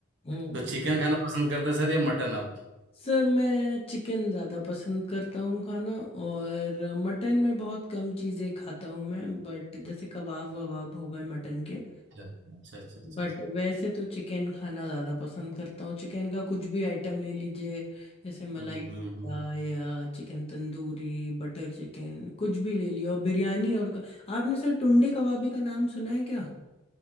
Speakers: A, on the left; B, on the right.
A: हम्म
B: तो चिकन खाना पसंद करते हैं सर या मटन आप
A: सर मैं चिकन ज़्यादा पसंद करता हूँ खाना और मटन में बहुत कम चीज़ें खाता हूँ मैं बट जैसे कबाब वबाब हो गए मटन के
B: अच्छा अच्छा अच्छा अच्छा
A: बट वैसे तो चिकन खाना ज़्यादा पसंद करता हूँ चिकन का कुछ भी आइटम ले लीजिए जैसे मलाई
B: हम्म
A: टिक्का
B: हम्म हम्म।
A: या चिकन तंदूरी बटर चिकन कुछ भी ले लियो बिरयानी और क- आपने सर टुंडे कबाबी का नाम सुना है क्या